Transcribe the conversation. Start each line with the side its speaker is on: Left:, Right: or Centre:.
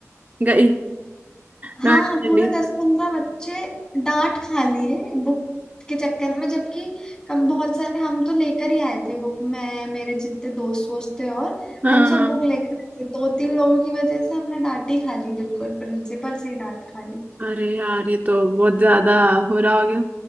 Right: गई
Left: हाँ
Right: डांट के
Left: पूरे
Right: लिए
Left: दस पंद्रह बच्चे डांट खा लिए बुक के चक्कर में जबकि कम बहुत सारे हम तो लेकर ही आए थे बुक मैं मेरे जितने दोस्त वोस्त थे और
Right: हाँ
Left: हम सब बुक लेकर आए थे दो तीन लोगों की वजह से हमने डांट ही खा ली बिल्कुल प्रिंसिपल से ही डांट खा ली
Right: अरे यार ये तो बहुत ज्यादा हो रहा हो गया